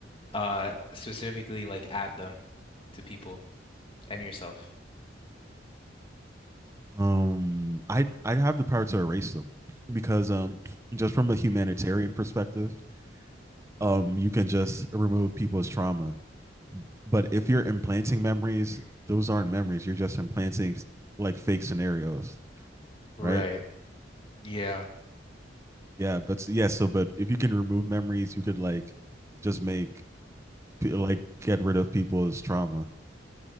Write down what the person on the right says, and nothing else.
um i i'd have the power to erase them because um just from a humanitarian
perspective um you can just remove people's trauma But if you're implanting memories,
those aren't memories. You're just implanting like fake scenarios,
right?
Yeah, but s- yeah, so but if you can remove memories, you could like just make like get rid of people's trauma.